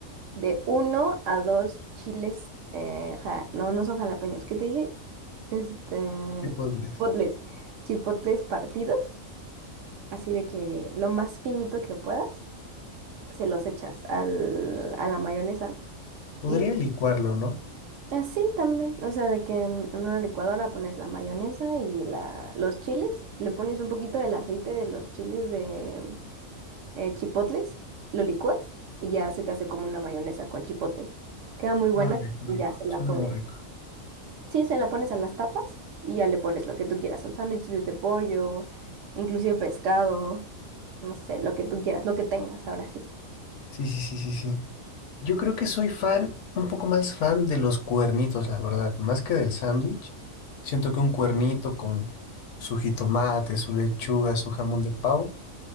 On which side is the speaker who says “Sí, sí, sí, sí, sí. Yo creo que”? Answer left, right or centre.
Left